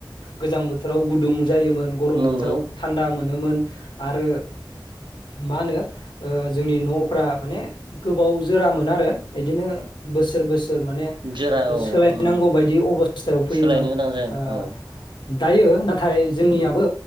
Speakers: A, on the left; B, on the right.
A: गोजां बोथोर राव गुदुं जायोमोन गरम
B: नंगौ
A: बोथोराव थान्दा मोनोमोन । आरो मा होनो ओ जोंनि न'फ्रा माने गोबाव जोरामोन आरो बिदिनो बोसोर बोसोर माने
B: जोरा औ
A: सोलायनांगौ
B: उम
A: बायदि अबस्थायाव फैयोमोन
B: सोलायनो गोनां जागोन
A: ओ
B: औ
A: दायो नाथाय जोंनियाबो